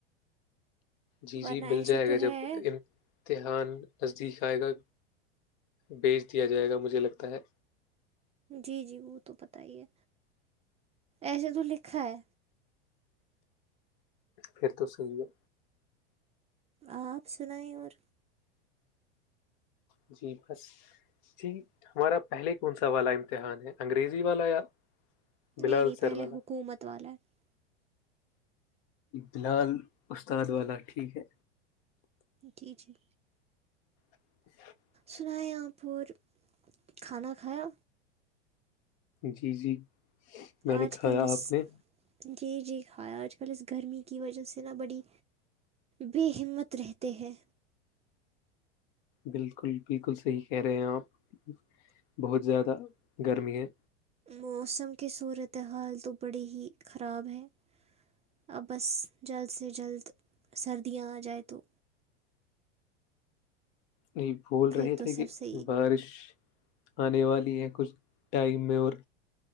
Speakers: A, on the left; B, on the right.
A: جی
B: ورنہ
A: جی مل
B: ایسے
A: جائے
B: تو
A: گا
B: ہے
A: جب امتحان نزدیک آئے گا بیچ دیا جائے گا مجھے لگتا ہے
B: جی جی وہ تو پت ہی ہے ایسے تو لکھا ہے
A: پھر تو صحیح ہے
B: آپ سنیں اور
A: جی بس جی ہمارا پہلے کون سا والا امتحان ہے انگریزی والا یا بلال
B: نہیں نہیں
A: سر
B: پہلے
A: والا
B: حکومت والا ہے
A: بلال استاد والا ٹھیک ہے
B: جی جی
A: <inaudible>
B: سنایا پور کھانا کھایا
A: جی جی میں نے
B: آج
A: کھایا
B: کل اس
A: آپ نے
B: جی جی ہائے اج کل اس گھر میں کی وجہ سے نا بڑی بے ہمت رہتے ہیں
A: بالکل بالکل صحیح کہہ رہے ہیں آپ بہت زیادہ گرمی ہے
B: موسم کی صورت حال تو بڑی ہی خراب ہے اب بس جلد سے جلد سردیاں آ جائے تو
A: یہ بول
B: پھر
A: رہے
B: تو
A: تھے
B: سب
A: کہ
B: صحیح
A: بارش آنے والی ہے کچھ ٹائم میں اور